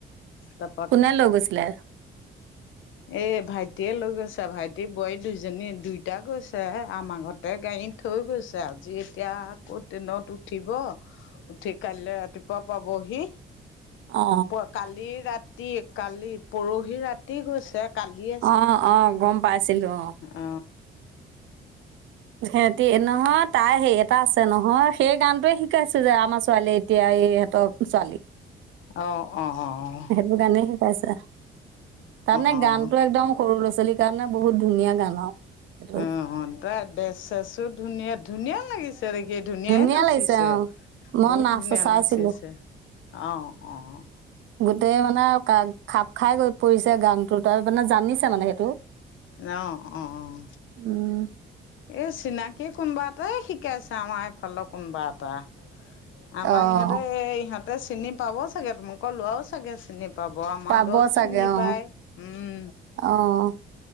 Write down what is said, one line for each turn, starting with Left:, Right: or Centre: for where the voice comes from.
Left: তাপা
Right: কোনে লৈগৈছিলে।
Left: এ ভাইটিয়ে লৈ গৈছে ভাইটি বোৱাৰী দুইজনী দুইটা গৈছে আমাৰ ঘৰত, তাতে গাড়ীত থৈ গৈছে আজি এতিয়া আকৌ ট্ৰেইনত উঠিব। উঠি কাইলৈ ৰাতিপুৱা পাবহি।
Right: অ
Left: প কালি ৰাতি কালি পৰহি ৰাতি গৈছে কালি।
Right: অ অ গম পাইছিলো অ,
Left: অ
Right: সিহতি নহয় তাই হে এটা আছে নহয় সেই গানটোৱে শিকাইছো যে আমাৰ ছোৱালীয়ে। এতিয়া ইহঁতৰ ছোৱালী।
Left: অঁ অঁ অঁ
Right: সেইটো গানেই শিকাইছে, তাৰমানে
Left: অ
Right: গানতটো
Left: অ
Right: একদম- সৰু লৰা ছোৱালীৰ কাৰণে বহুত ধুনীয়া গান আৰু। সেইটো
Left: অঁ তই ড্ৰেছ চেচো ধুনীয়া ধুনীয়া লাগিছে। কি ধুনীয়ে
Right: ধুনীয়া
Left: নাচিছে।
Right: লাগিছে অঁ মই
Left: বহুত
Right: নাচ
Left: ধুনীয়া
Right: চাইছিলোঁ
Left: নাচিছে অঁ অঁ।
Right: গোটেই মানে খাপ খাই গৈ পৰিছে, গানটো তাৰ মানে জানিছে মানে সেইটো-
Left: অঁ অঁ অঁ
Right: উম
Left: এই চিনাকি কোনোবা এটাই শিকাইছে, আমাৰ এইফালৰ কোনোবা এটা- আমাৰ
Right: অঁ
Left: ইহঁতে ইহঁতে চিনি পাব চাগে, তোমোকৌ লোৱাও চাগে চিনি প- পাব আমাৰ
Right: পাব
Left: লৰাওঁ
Right: চাগে
Left: চিনি
Right: অঁ
Left: পায়, উম
Right: অঁ